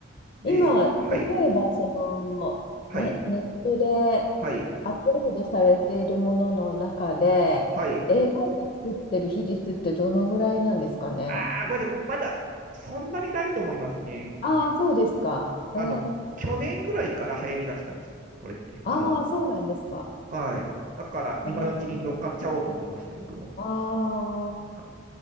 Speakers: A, on the right; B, on the left.
A: で、
B: 今、例えば、
A: はい、
B: その、
A: はい、
B: ね、ネットで
A: はい、
B: アップロードされているものの中で、
A: はい、はい、
B: AI が作ってる比率ってどのぐらいなんですかね。
A: ああ、ごめんなさい。まだ、そんなにないと思いますね。
B: ああ、そうですか。
A: あの、
B: ええ
A: 去年ぐらいから流行り出したんですよ。これって、この。
B: ああ、そうなんですか。
A: はい。だから、今のうちに乗っかっちゃおうと思いまして、
B: えー、
A: 僕も。
B: あ
A: は